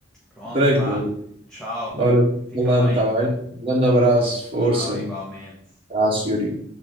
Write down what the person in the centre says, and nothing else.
Pronto,
vá. Tchau.
Fica
bem.
Tchau, igualmente.